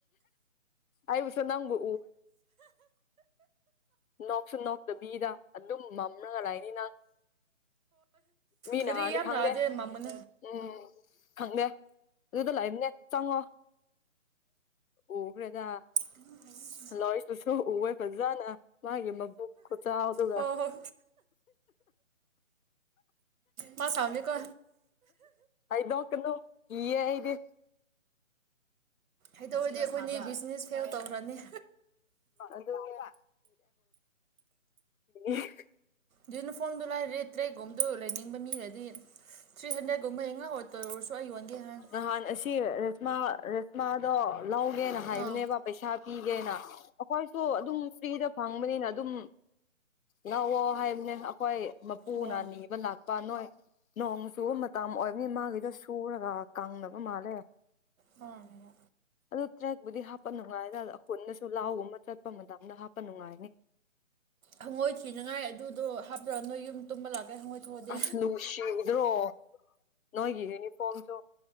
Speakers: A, on the left; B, on the right.
A: ꯑꯕꯨꯁ ꯅꯪꯕꯨ ꯅꯣꯛꯁꯨ ꯅꯣꯛꯇꯕꯤꯗ ꯑꯗꯨꯝ ꯃꯝꯅꯒ ꯂꯏꯅꯤ ꯅꯪ ꯃꯤꯅ
B: ꯍꯔꯤ
A: ꯍꯥꯟꯅꯗꯤ
B: ꯌꯥꯝꯅꯗ
A: ꯈꯪꯗꯦ
B: ꯃꯃꯟ
A: ꯎꯝ ꯈꯪꯗꯦ ꯑꯗꯨꯗ ꯂꯥꯛꯏꯝꯅꯦ ꯆꯪꯉꯣ ꯎꯈ꯭ꯔꯦꯗ
B: ꯑꯗꯨ ꯍ
A: ꯂꯣꯔꯤꯄꯨꯁꯨ ꯎꯋꯦ ꯐꯖꯅ ꯃꯥꯒꯤ ꯃꯕꯨꯛ꯫ ꯈꯆꯥ ꯇꯒ
B: ꯍꯣꯏ ꯍꯣꯏ ꯃꯥ ꯁꯃꯅꯤꯀꯣ
A: ꯑꯩ ꯅꯣꯀꯅꯣ ꯀꯤꯌꯥ ꯏꯗꯤ
B: ꯍꯥꯏꯗꯧꯔꯗꯤ ꯑꯩꯈꯣꯏꯅꯦ ꯕꯤꯖꯤꯅꯦꯁ ꯐꯦꯜ ꯇꯧꯈ꯭ꯔꯅꯤ
A: ꯑꯗꯨꯅꯦ <inaudible>
B: ꯗꯨꯏꯅꯤ ꯐꯣꯝꯗꯣ ꯂꯥꯏꯔꯤ ꯇ꯭ꯔꯦꯒꯨꯝꯗ ꯂꯩꯅꯤꯡꯕ ꯃꯤꯂꯩꯔꯗꯤ꯫ ꯊ꯭ꯔꯤ ꯍꯟꯗ꯭ꯔꯦꯠꯨꯝꯕ ꯍ ꯉꯥꯛꯑꯣꯔ ꯇꯣꯏꯔꯨꯔꯁꯨ ꯑꯩ ꯌꯣꯟꯒꯦ ꯍꯥꯏꯔ
A: ꯅꯍꯥꯟ ꯑꯁꯤ ꯔꯦꯁꯃꯥ ꯔꯦꯁꯃꯥꯗꯣ ꯂꯧꯒꯦꯅ ꯍꯥꯏꯕꯅꯦꯕ
B: ꯑꯥ
A: ꯄꯩꯁꯥ ꯄꯤꯒꯦꯅ ꯑꯩꯈꯣꯏꯁꯨ ꯑꯗꯨꯝ ꯐ꯭ꯔꯤꯗ ꯐꯪꯕꯅꯤꯅ ꯑꯗꯨꯝ ꯂꯥꯛꯋ ꯍꯥꯏꯕꯅꯦ ꯑꯩꯈꯣꯏ ꯃꯄꯨꯅ
B: ꯑꯣ
A: ꯅꯤꯕ ꯂꯥꯛꯄ ꯅꯣꯏ ꯅꯣꯡ ꯆꯨ ꯇꯝ ꯑꯣꯏꯕꯅꯤ ꯃꯥꯒꯤꯗꯣ ꯁꯨꯔꯒ ꯀꯪꯗꯅꯕ ꯃꯥꯜꯂꯦ
B: ꯃꯥꯅꯦꯕ꯫
A: ꯑꯗꯨ ꯇ꯭ꯔꯦꯛꯄꯨꯗꯤ ꯍꯥꯞꯄ ꯅꯨꯡꯉꯥꯏ ꯑꯩꯈꯨꯅꯁꯨ ꯂꯥꯎꯒꯨꯝꯕ ꯆꯠꯄ ꯃꯇꯝꯗ ꯍꯥꯞꯄ ꯅꯨꯡꯉꯥꯏꯅꯤ
B: ꯍꯪꯒꯣꯏ ꯊꯤꯅꯉꯥꯏ ꯑꯗꯨꯗꯣ ꯍꯥꯞꯄꯔ ꯅꯣꯏ ꯌꯨꯝ ꯇꯨꯝꯕ ꯂꯥꯛꯀꯩ ꯍꯪꯉꯣꯏ ꯊꯣꯛꯑꯗꯤ
A: ꯑꯁ ꯂꯨꯁꯤꯗ꯭ꯔꯣ ꯅꯣꯏꯒꯤ ꯌꯨꯅꯤꯐꯣꯔꯝꯁꯨ